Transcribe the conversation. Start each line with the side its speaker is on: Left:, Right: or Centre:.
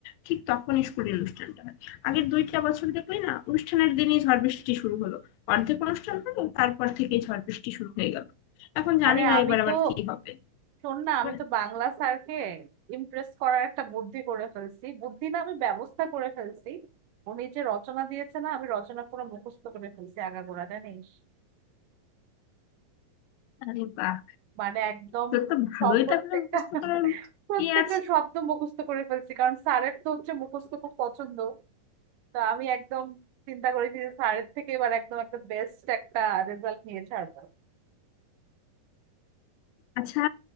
Left: ঠিক তখনই স্কুলের অনুষ্ঠানটা হয় আগের দুইটা বছর দেখলি না অনুষ্ঠানের দিনই ঝড় বৃষ্টি শুরু হলো অর্ধেক অনুষ্ঠান হলো তারপর থেকেই ঝড় বৃষ্টি শুরু হয়ে গেল এখন জানি
Right: আরে
Left: না
Right: আমি
Left: এবার আবার
Right: তো
Left: কি হবে
Right: শোন না
Left: আবার-
Right: আমি তো বাংলা স্যারকে ইমপ্রেস করার একটা বুদ্ধি করে ফেলছি বুদ্ধি না আমি ব্যবস্থা করে ফেলছি উনি যে রচনা দিয়েছে না আমি রচনা পুরো মুখস্থ করে ফেলছি আগাগোড়া জানিস
Left: আরে বাহ
Right: মানে একদম
Left: তোর তো ভালোই
Right: সব প্রত্যেকটা
Left: তাহলে মুখস্থ করার
Right: প্রত্যেকটা
Left: ইয়ে আছে
Right: শব্দ মুখস্থ করে ফেলছি কারণ স্যারের তো হচ্ছে মুখস্থ খুব পছন্দ তো আমি একদম চিন্তা করেছি যে স্যারের থেকে এবার একদম একটা বেস্ট একটা রেজাল্ট নিয়ে ছাড়বো
Left: আচ্ছা